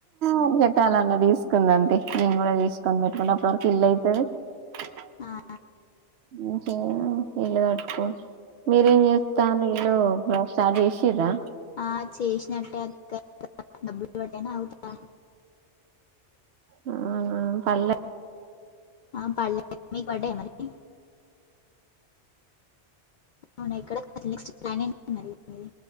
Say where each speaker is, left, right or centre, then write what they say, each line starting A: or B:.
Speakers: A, on the right; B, on the left.
A: ఆరికటాల్ అన్న తీసుకుందాం తీయ్ నేను కూడా తీసుకొని పెట్టుకుంటే అప్పడి వరకు ఇల్లైతదీ <unintelligible>
B: ఆ
A: ఒకే ఇల్లు కట్కో మీరేం చేస్తాండ్రు ఇల్లు స్టార్ట్ చేసిర్రా
B: ఆ చేస్నట్టే అక్క <unintelligible> బ్బుల్ వడ్తేనె అవుతయ్ ఆ
A: ఆ ఆ పల్లె
B: ఆ పడ్లే నీక్ పడ్డయా మరి అవున ఎక్కడ నెక్స్ట్ ప్లాన్ ఏంటి మరి నీది.